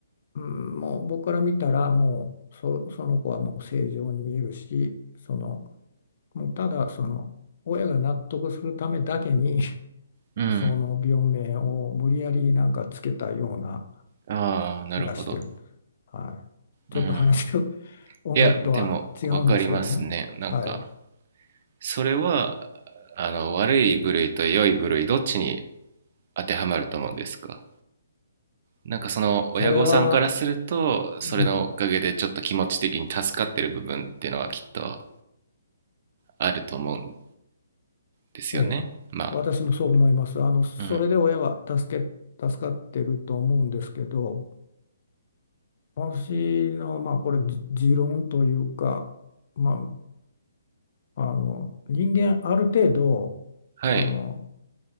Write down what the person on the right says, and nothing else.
うん、
ああ、なるほど。
うん。
いや、でも、わかりますね。なんか、
それは、あの、悪い部類と良い部類、どっちに当てはまると思うんですかなんかその親御さんからすると、
それのおかげでちょっと気持ち的に助かってる部分っていうのはきっと
あると思うんですよね。
まあ
うん、あ。
はい。